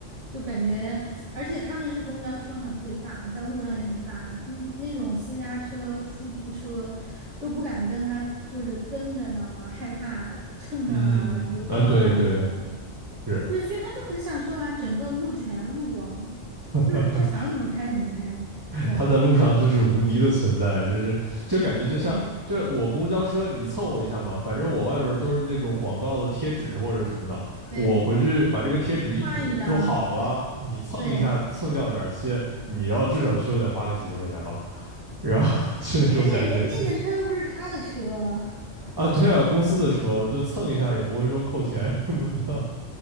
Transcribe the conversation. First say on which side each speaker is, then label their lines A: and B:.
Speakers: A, on the right; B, on the right.
A: 就感觉，而且他们是公交车嘛，特别大，在路上也很大，嗯那种私家车、出租车都不敢跟他就是跟着，你知道吗？害怕蹭着啊，
B: <laughs> 嗯，
A: 比如撞了什么的。
B: 啊，对对，是。
A: 对，所以他就很享受啊，整个路权路王，
B: <laughs>
A: 就是他想怎么开怎么开。对啊，
B: 他在路上就是无敌的存在，就是就感觉就像就我公交车你蹭我一下嘛，
A: 对
B: 反正我外边都是那种广告的贴纸或者什么的，
A: 对，
B: 我回去把这个贴纸一补就好了，
A: 换一张，
B: 你蹭一下蹭掉点儿漆，
A: 对，
B: 你要至少修得花个几千块钱吧，然后 <laughs> 就那种感觉
A: 而且人家的车又不是他的车，<laughs>
B: 啊，对啊，公司的车就蹭一下也不会说扣钱什么的，